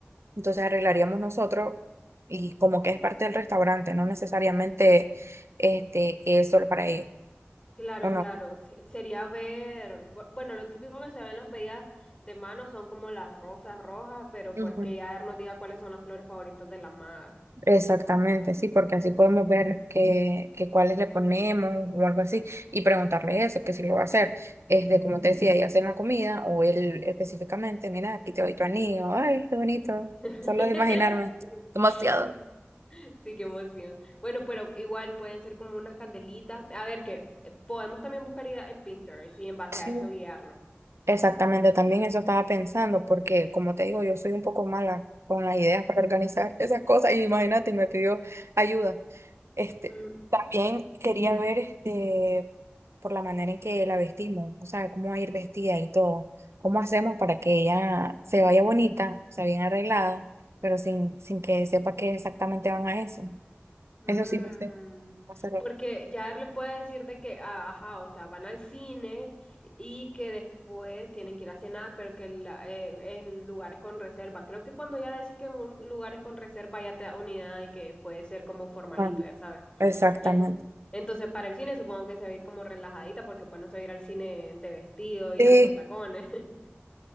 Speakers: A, on the right; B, on the left.
A: entonces arreglaríamos nosotros y como que es parte del restaurante, no necesariamente este, que es solo para ellos,
B: Claro,
A: ¿o
B: claro, se- sería ver, bu- bueno, lo típico que se ve en las pedidas de mano son como las rosas rojas, pero
A: no?
B: pues que ya nos diga cuáles son las flores favoritas de la maga.
A: Exactamente, sí, porque así podemos ver que, que cuáles le ponemos o algo así y preguntarle eso, que si lo va a hacer, es de como te decía, ella hacer la comida o él específicamente, mira, aquí te doy tu anillo, ay, qué bonito, solo
B: <laughs>
A: de imaginarme. Demasiado.
B: Sí, sí, qué emoción. Bueno, pero igual pueden ser como unas candelitas. A ver, que eh, podemos también buscar ideas en Pinterest y en base
A: Sí,
B: a eso guiarnos.
A: exactamente, también eso estaba pensando, porque como te digo, yo soy un poco mala con las ideas para organizar <laughs> esas cosas y imagínate, y me pidió ayuda. Este,
B: Mm,
A: también quería ver este, por la manera en que la vestimos, o sea, cómo va a ir vestida y todo. ¿Cómo hacemos para que ella se vaya bonita, o sea, bien arreglada, pero sin, sin que sepa que exactamente van a eso?
B: Mm,
A: Eso sí, no sé. Va a ser lo-
B: Porque ya él le puede decir de que, ah, ajá, o sea, van al cine y que después tienen que ir a cenar, pero que la, eh, el lugar es con reserva. Creo que cuando ya decís que un lugar es con reserva, ya te da una idea de que puede ser como formalito,
A: Ah,
B: ya sabes.
A: exactamente.
B: En- entonces, para el cine supongo que se va a ir como relajadita porque pues no se va a ir al cine de vestido y
A: Sí,
B: altos tacones. <laughs>